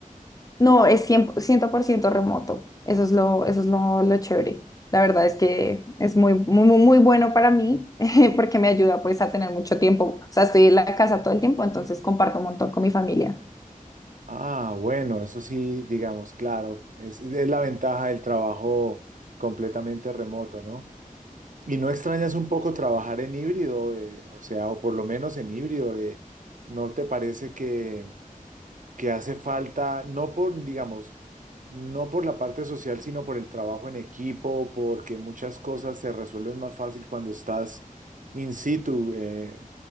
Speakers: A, on the left; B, on the right.
A: No, es cien por ciento por ciento remoto. Eso es lo, eso es lo, lo chévere. La verdad es que es muy, muy, muy muy bueno para mí <laughs> eh, porque me ayuda pues a tener mucho tiempo. O sea, estoy en la casa todo el tiempo, entonces comparto un montón con mi familia.
B: Ah, bueno, eso sí, digamos, claro, es, es la ventaja del trabajo completamente remoto, ¿no? ¿Y no extrañas un poco trabajar en híbrido, eh, o sea, o por lo menos en híbrido, eh, ¿no te parece que, que hace falta, no por, digamos, no por la parte social, sino por el trabajo en equipo, porque muchas cosas se resuelven más fácil cuando estás in situ, eh,